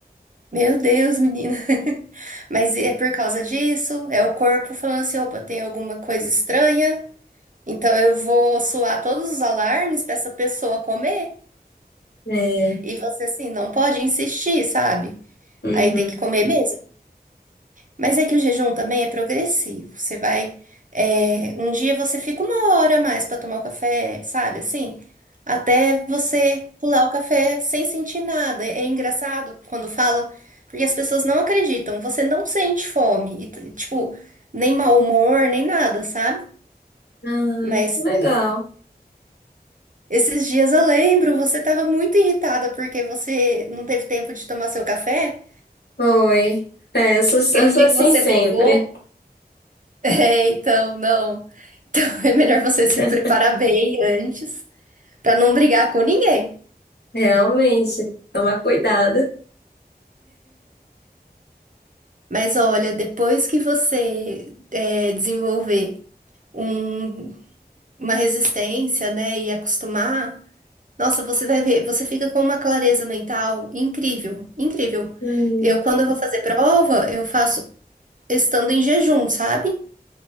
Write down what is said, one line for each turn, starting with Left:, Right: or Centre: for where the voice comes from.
Right: Meu Deus, menina. <laughs> Mas é por causa disso, é o corpo falando assim, opa, tem alguma coisa estranha, então eu vou soar todos os alarmes para essa pessoa comer.
Left: É,
Right: E você assim, não pode insistir, sabe?
Left: uhum.
Right: Aí tem que comer mesmo. Mas é que o jejum também é progressivo. Você vai. é, um dia você fica uma hora a mais para tomar o café, sabe? Assim, até você pular o café sem sentir nada. É, é engraçado quando fala, porque as pessoas não acreditam. Você não sente fome, e, t- tipo, nem mau humor, nem nada, sabe?
Left: Ah,
Right: Mas
Left: que legal.
Right: esses dias eu lembro, você tava muito irritada porque você não teve tempo de tomar seu café.
Left: Oi. É, eu sou, eu
Right: Aquele
Left: sou
Right: dia
Left: assim
Right: que você
Left: sempre.
Right: brigou. <laughs> É, então, não. Então <laughs> é melhor você se
Left: <laughs>
Right: preparar bem antes, para não brigar com ninguém.
Left: Realmente, tomar cuidado.
Right: Mas olha, depois que você é, desenvolver um- uma resistência, né, e acostumar, nossa, você vai ver, você fica com uma clareza mental incrível, incrível.
Left: Hum.
Right: Eu, quando eu vou fazer prova, eu faço estando em jejum, sabe?